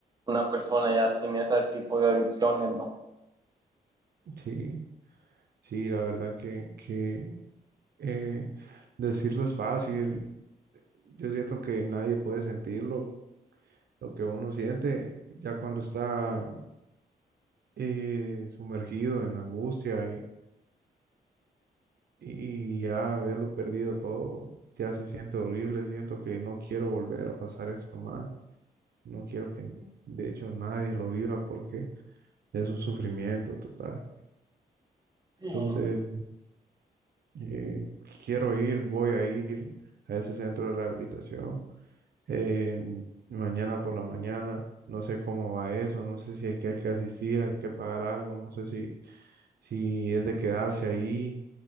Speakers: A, on the right (about 25°); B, on the right (about 70°).
A: una persona ya sin ese tipo de adicciones, ¿no?
B: Sí, sí, la verdad que, que eh, decirlo es fácil, Yo siento que nadie puede sentir lo, lo que uno siente ya cuando está eh, sumergido en la angustia y, y ya haberlo perdido todo, ya se siente horrible. Siento que no quiero volver a pasar esto más. No quiero que, de hecho, nadie lo viva porque es un sufrimiento total.
A: Sí, eh,
B: Entonces, eh, quiero ir, voy a ir a ese centro de rehabilitación eh, mañana por la mañana. No sé cómo va eso, no sé si hay que, hay que asistir, hay que pagar algo, no sé si, si es de quedarse ahí